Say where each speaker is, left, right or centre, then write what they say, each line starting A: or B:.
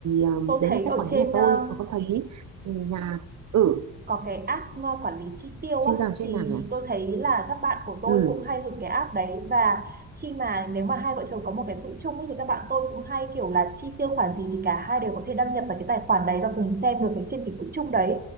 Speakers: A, on the right (about 65°); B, on the right (about 30°).
A: ờ,
B: tôi
A: đấy
B: thấy
A: là cách
B: ở
A: quản
B: trên
A: lý nhà tôi.
B: ờ,
A: Còn con thấy ừ, nhà ở
B: có cái app ờ, quản lý chi tiêu
A: trên
B: á
A: giường trên
B: thì
A: nào nhỉ?
B: tôi thấy là các bạn của tôi
A: Ừ,
B: cũng hay dùng cái app đấy và khi mà nếu mà hai vợ chồng có một cái quỹ chung ấy, thì các bạn tôi cũng hay kiểu là chi tiêu khoản gì thì cả hai đều có thể đăng nhập vào cái tài khoản đấy và cùng xem được cái trên cái quỹ chung đấy